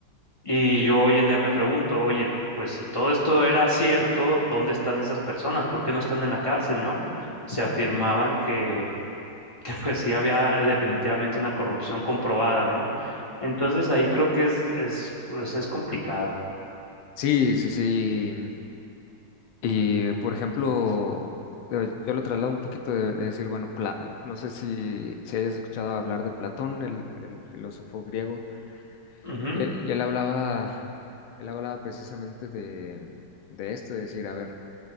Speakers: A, on the left; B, on the left.
A: y yo hoy en día me pregunto, oye, pues si todo esto era cierto, ¿dónde están esas personas? ¿Por qué no están en la cárcel, no? Se afirmaban que, <laughs> que pues sí había eh, definitivamente una corrupción comprobada, ¿no? Entonces ahí creo que es, es, pues es complicado.
B: Sí, sí, sí. Y por ejemplo, eh, yo lo traslado un poquito de, de decir, bueno, Pla- no sé si, si hayas escuchado hablar de Platón, el, el filósofo griego,
A: Ujú,
B: y, él y él hablaba, él hablaba precisamente de, de esto, de decir, a ver,